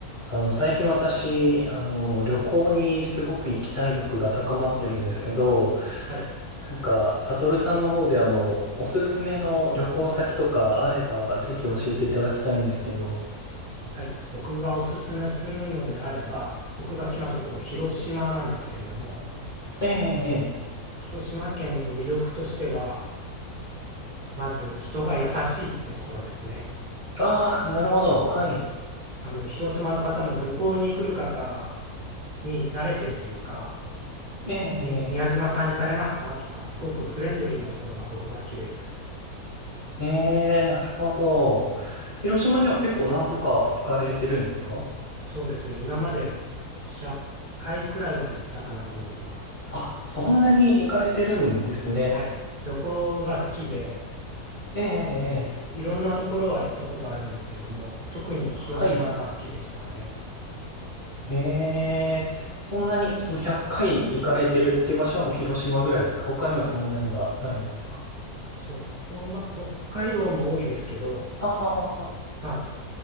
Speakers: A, on the left; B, on the right.
A: あの、最近私、あの、旅行にすごく行きたい欲が高まってるんですけど、
B: はい。
A: なんか、サトルさんの方であの、おすすめの旅行先とかあれば、ぜひ教えていただきたいんですけど。
B: はい。僕がおすすめするのであれば、僕が好きなところ、広島なんですけれども、
A: ええ、ええ。
B: 広島県の魅力としては、まず人が優しいってところですね。
A: ああ、なるほど。はい。
B: あの、広島の方も旅行に来る方に慣れてるというか、
A: ええ、
B: に宮島さん行かれましたとか、すごくフレンドリーなところが僕は好きです。
A: ええ。ええ、なるほど。広島には結構何度か行かれてるんですか
B: そうですね。今まで100回くらいは行ったかなと思ってます。
A: あ、そんなに行かれてるんですね。
B: はい。旅行が好きで、
A: ええ、ええ。
B: えーいろんなところは行ったことあるんですけれども、
A: ええ
B: 特に広島が好きでしたね。
A: はい。へえ、そんなに、その100回行かれてるって場所はもう広島ぐらいですか他にはそんなにはないですか
B: そこ、ま、北海道も多いですけど、
A: あ
B: まあ、